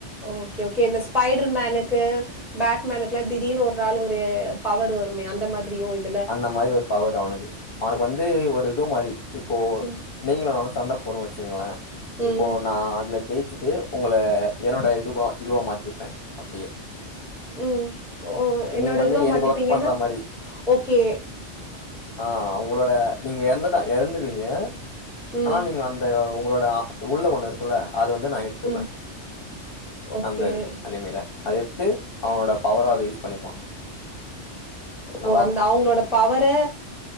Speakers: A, in the centre; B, on the left (about 55°).
A: ஓககே ஓககே இந்த ஸ்பைட்ர் மேனுக்கு பேட்மேனுக்லா திடீர்னு ஒர் நாளு ஒரு பவர் வருமே அந்த மாதிரியோ இது
B: அந்த மாரி ஒரு பவர் அவுனுக்கு அவுனுக்கு வந்து ஒரு இது மாரி இப்போ
A: ம்,
B: நீங்ளோ நானு சண்ட போடுறோ வெச்சீங்ளே
A: ம்,
B: இப்போ நா அதுல ஜெயிச்சிட்டு உங்கள என்னோட இதுவா இதுவா மாத்திப்பே அப்டியே
A: ம். ஓ என்னோட
B: நீங்க வந்து
A: இதுவா
B: எனக்கு
A: மாத்திப்பீங்கன்னா?
B: ஒர்க் பண்றா மாரி
A: ஓகே
B: ஆ உங்ளோட நீங்க எறந்துட்ட எழுந்டுவீங்க
A: ம்,
B: ஆனா நீங்க அந்த உங்ளோட ஆ உள்ளோ ஒண்ணு இருக்குல்ல அத வந்து நா எடுத்துக்குவே
A: ம். ஓகே.
B: அந்த அனிமில அத எட்த்து அவனோட பவரா அத யூஸ் பண்ணிப்பா நல்லாருக்கு
A: ஓ அந்த அவுங்ளோட பவரா